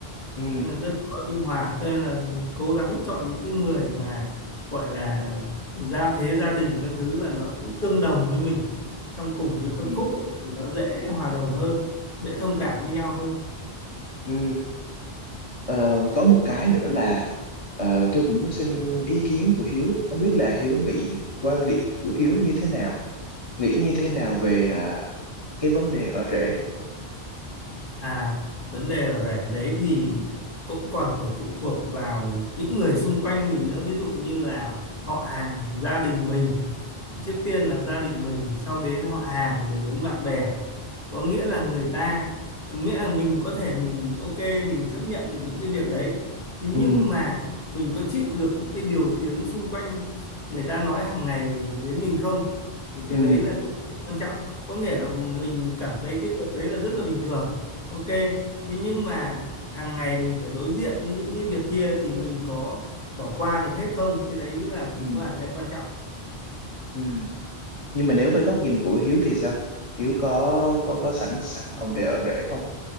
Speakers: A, on the left; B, on the left.
A: ừ
B: Nên là rất khó dung hòa. Tôi là cố gắng chọn những cái người mà gọi là gia thế gia đình các thứ là nó cũng tương đồng với mình trong cùng cái phân
A: ừ
B: khúc ấy thì nó dễ hòa đồng hơn, dễ thông cảm với nhau hơn.
A: ừ Ờ, có một cái nữa là ờ, tôi cũng muốn xin ý kiến của Hiếu không biết là Hiếu nghĩ quan điểm của Hiếu như thế nào nghĩ như thế nào về à, cái vấn đề ở rễ
B: À, vấn đề ở rể đấy thì cũng còn phải phụ thuộc vào những người xung quanh mình nữa, ví dụ như là họ hàng, gia đình mình, trước tiên là gia đình mình, sau đến họ hàng rồi đến bạn bè có nghĩa là người ta nghĩa là mình có thể mình ok mình chấp nhận được những cái việc đấy thế nhưng
A: ừ
B: mà mình có chịu được những cái điều tiếng xung quanh người ta nói hàng ngày đến mình không thì cái
A: ừ
B: đấy là cũng quan trọng có nghĩa là mình cảm thấy cái việc đấy là rất là bình thường ok thế nhưng mà hàng ngày mình phải đối diện với những cái việc kia thì mình có bỏ qua được hết không cái đấy mới là cũng
A: ừ,
B: là cái quan trọng
A: ừ. nhưng mà nếu với góc nhìn của Hiếu thì sao Hiếu có có có sẵn sẵn lòng để ở rể không